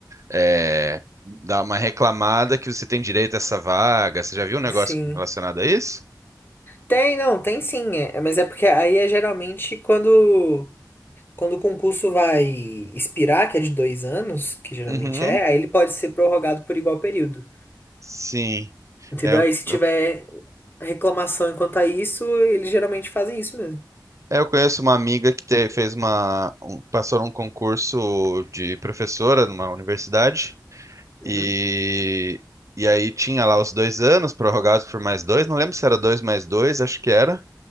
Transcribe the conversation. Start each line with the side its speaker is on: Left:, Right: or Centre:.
Right: é, dá uma reclamada que você tem direito a essa vaga. Você já viu um negócio
Left: Sim.
Right: relacionado a isso?
Left: Tem, não, tem sim. É, é, mas é porque aí é geralmente quando, quando o concurso vai expirar, que é de dois anos, que geralmente
Right: Uhum,
Left: é, aí ele pode ser prorrogado por igual período.
Right: Sim.
Left: Entendeu?
Right: É, eu,
Left: Aí se tiver
Right: eu,
Left: reclamação enquanto a isso, eles geralmente fazem isso mesmo.
Right: é, eu conheço uma amiga que te- fez uma, um- passou num concurso de professora numa universidade
Left: Uhum,
Right: e, e aí tinha lá os dois anos prorrogados por mais dois, não lembro se era dois mais dois, acho que era.